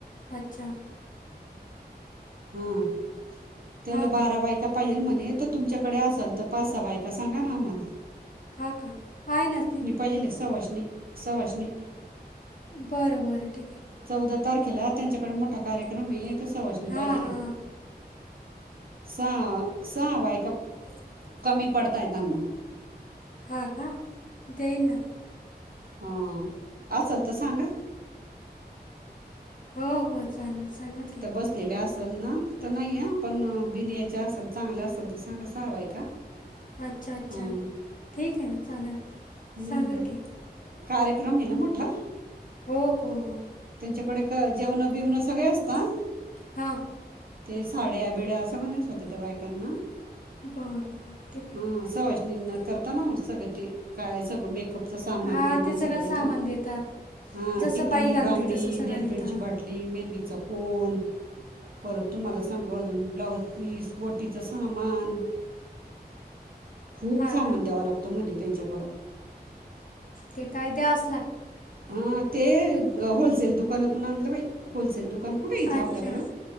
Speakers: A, on the left; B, on the right.
A: अच्छा!
B: हां. त्याला
A: हा
B: बारा
A: का
B: बायका पाहिजेल म्हणे तर तुमच्याकडे असाल तर पाच, सहा बायका सांगा ना आम्हांला. <inaudible>
A: हां का आहे ना
B: पहिले सव्हाषणी-सव्हाषणी
A: बरं बरं ठीक आहे.
B: चौदा तारखेला त्यांच्याकडे मोठा कार्यक्रम आहे तर सवासणी
A: हां
B: पाहिजेल
A: हां
B: आहे. सहा-सहा बायका कमी पडताय त्यांना.
A: हां का देई ना.
B: हां असल तर सांगा.
A: हो हो चालेल सांगते.
B: त्या बसलेल्या असेल ना तर नाही ह पण बिनि याच्या असेल चांगल्या हवेच्या असल तर सांगा सहा बायका.
A: अच्छा!
B: हां
A: अच्छा! ठीक आहे ना चालेल.
B: हम्म
A: सांगाल की
B: कार्यक्रम आहे ना मोठा.
A: हो हो.
B: त्यांच्याकडे क जेवण बिवणं सगळे असतात.
A: हां
B: ते साड्या बिड्या संगळ नेसवत्यात त्या बायकांना.
A: बरं बरं ठीक
B: हां सव्हाषणी ना करतात ना सगळं ते काय सगळं मेकअप सामान
A: आहे हां
B: बिमान
A: ते
B: सगळं देेता
A: सामान
B: ना
A: देतात
B: हा
A: जसं
B: टिकली,
A: बाई घालते
B: बांगडी,
A: तसं सगळं
B: नेलपेंडची,
A: देतं हां
B: बाट पाटली, मेहंदीचं कोण परत तुम्हाला सांगू अजून ब्लाऊज पीस, ओटीचं सामान खूप
A: हा
B: सामान
A: का
B: द्यावा लागतो म्हणे त्यांच्याकडं.
A: ते कायते आस
B: हा ते होलसेल दुकानातून आणलं बाई, होलसेल दुकान कुठे आहे इथं आपल्याकडं.
A: अच्छा